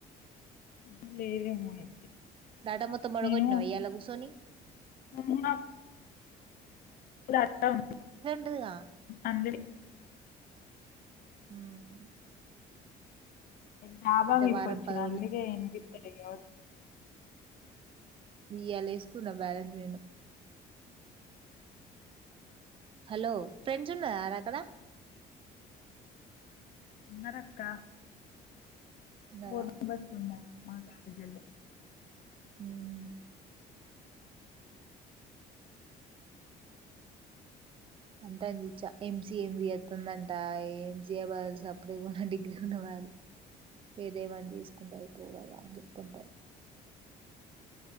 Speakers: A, on the left; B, on the right.
A: హ్మ్ లేదేమో అయితే
B: బాటా మొత్తం పడగొట్టినవ
A: నేను
B: ఉయ్యాలో కూసోని
A: <unintelligible> <unintelligible> అర్థం ఉంది
B: తెల్ల
A: అదే
B: మ్మ్
A: డబా మీదికి
B: వారం
A: వచ్చిన
B: పది
A: అందుకే వినిపిత్తలేదు
B: ఇవ్వాల వేసుకున్న బ్యాలెన్స్ నేను హలో అక్కడ
A: ఉన్నరక్క
B: ఉన్నారా
A: ఫోన్ నెంబర్ గిట్లా ఉందా అండి మాట్లాడడానికి
B: మ్మ్ హ్హ్ అంటంది ఎంసిఎ చేత్తందంట ఎంసిఎ బదులు సప్ డెకున్న డిగ్రీ ఉన్న వాల్యూ వేరేవాటిని తీసు తీసుకుంటే అయిపోవు గదా అని చెప్పి ఉంటారు